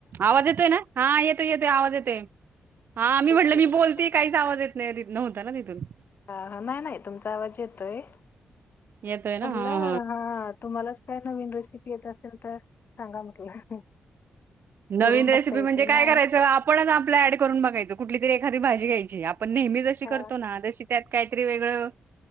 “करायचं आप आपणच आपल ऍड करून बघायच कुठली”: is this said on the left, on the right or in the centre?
Right